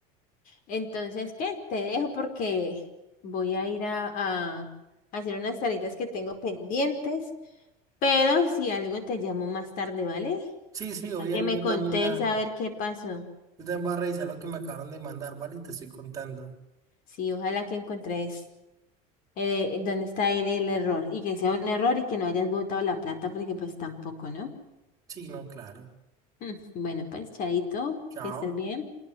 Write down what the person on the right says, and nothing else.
Sí, sí, oye,
yo
también, a-
a-
yo también voy a revisar lo que me acabaron de mandar, ¿vale? Y te estoy contando.
Sí, no, claro.
Chao.